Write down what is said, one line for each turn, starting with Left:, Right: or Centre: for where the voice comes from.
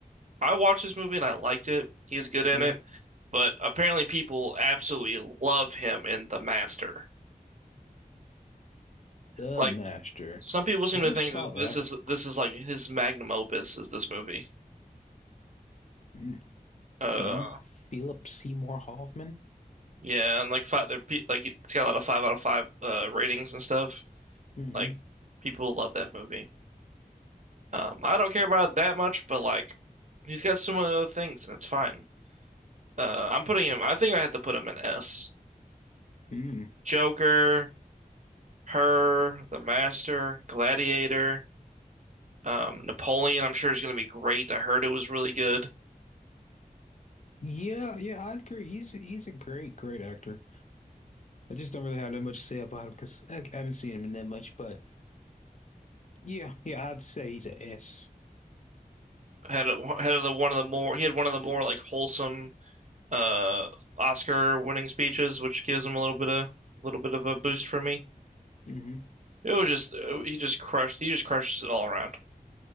Right: I watched this movie and I liked it. He's good in
Left: Yeah.
Right: it, but apparently people absolutely love him in The Master.
Left: The
Right: Like
Left: Master.
Right: Some people seem
Left: Never
Right: to think
Left: saw
Right: that
Left: that.
Right: this is this is like his magnum opus is this movie.
Left: Mm.
Right: Uh,
Left: Him, Philip Seymour Hoffman.
Right: yeah, and like five, they're pe- like it's got a lot of five out of five uh ratings and stuff.
Left: hmm
Right: Like people love that movie. Um, I don't care about it that much, but like he's got so many other things and it's fine. Uh, I'm putting him. I think I have to put him in S.
Left: Mm.
Right: Joker, Her, The Master, Gladiator, um, Napoleon. I'm sure is going to be great. I heard it was really good.
Left: Yeah, yeah, I'd agree. He's he's a great, great actor. I just don't really have that much to say about him because I I haven't seen him in that much. But yeah, yeah, I'd say he's a S.
Right: Had a, had the one of the more he had one of the more like wholesome uh Oscar winning speeches, which gives him a little bit of little bit of a boost for me.
Left: Mm-hmm.
Right: It was just uh, he just crushed he just crushes it all around.